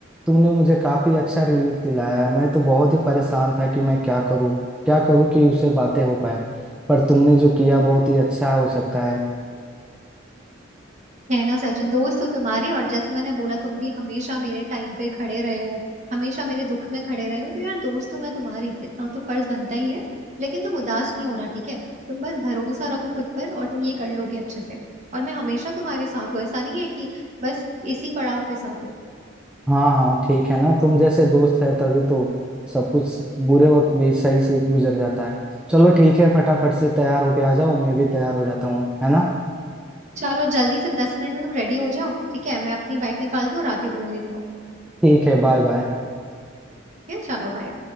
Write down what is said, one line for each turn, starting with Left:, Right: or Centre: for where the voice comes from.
Centre: तुमने मुझे काफी अच्छा रिलीफ दिलाया है मैं तो बहुत ही परेशान था कि मैं क्या करूं क्या करूं कि उससे बातें हो पाए पर तुमने जो किया बहुत ही अच्छा हो सकता है
Right: है ना सचिन दोस्त हो तुम्हारी और जैसे मैंने बोला तुम भी हमेशा मेरे टाइम पे खड़े रहे हो हमेशा मेरे दुख में खड़े रहे हो तो यार दोस्त हूं मैं तुम्हारी इतना तो फर्ज बनता ही है लेकिन तुम उदास नहीं होना ठीक है तुम बस भरोसा रखो खुद पर और तुम ये कर लोगे अच्छे से और मैं हमेशा तुम्हारे साथ हूँ ऐसा नहीं है कि बस इसी पड़ाव पे साथ हूँ
Centre: हाँ हाँ ठीक है ना तुम जैसे दोस्त है तभी तो सब कुछ बुरे वक्त भी सही से गुजर जाता है चलो ठीक है फटाफट से तैयार होके आ जाओ मैं भी तैयार हो जाता हूँ है ना
Right: चलो जल्दी से दस मिनट में तुम रेडी हो जाओ ठीक है मैं अपनी बाइक निकालती हूँ और आती हूँ तुम्हें लेने को
Centre: ठीक है बाय बाय
Right: ठीक है चलो बाय